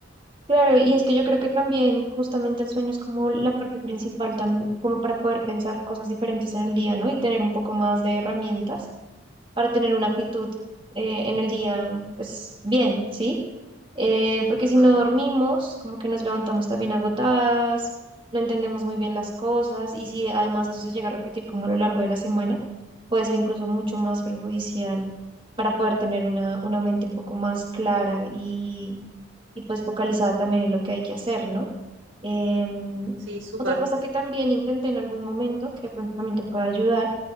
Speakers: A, on the right (about 25°); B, on the right (about 80°).
A: Claro, y es que yo creo que también justamente el sueño es como la parte principal, tam- como para poder pensar cosas diferentes en el día, ¿no? Y tener un poco más de herramientas para tener una actitud eh, en el día, pues bien, ¿sí? eh, porque
B: Ajá,
A: si no dormimos, como que nos levantamos también agotadas, no entendemos muy bien las cosas y si además eso se llega a repetir como a lo largo de la semana, puede ser incluso mucho más perjudicial para poder tener una, una mente un poco más clara y, y pues focalizada también en lo que hay que hacer, ¿no? Em,
B: sí, súper.
A: otra cosa que también intenté en algún momento, que de pronto también te puede ayudar,